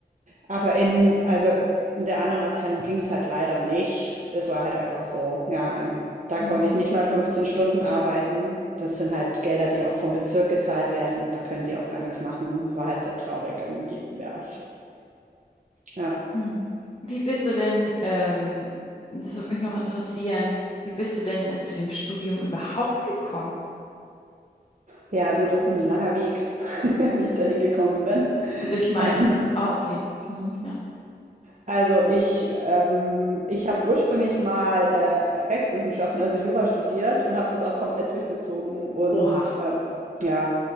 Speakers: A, on the right; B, on the left.
A: Aber in also in der anderen Abteilung ging es halt leider nicht. Es war halt einfach so, ja, ähm, da
B: Hm.
A: konnte ich nicht mal 15 Stunden arbeiten. Das sind halt Gelder, die auch vom Bezirk gezahlt werden und da können die auch gar nichts machen. Das war halt sehr traurig irgendwie. Ja, ja.
B: Hm. Wie bist du denn, ähm, das würde mich noch interessieren, wie bist du denn zu dem Studium überhaupt gekommen?
A: Ja, du, das ist ein langer Weg, <laughs> wie ich da hingekommen bin.
B: Also ich meine,
A: Äh,
B: ah, okay. Hm, ja.
A: Also ich, ähm, ich habe ursprünglich mal äh, Rechtswissenschaften, also Jura studiert und habe das auch komplett durchgezogen. Und
B: Oha.
A: ähm, ja,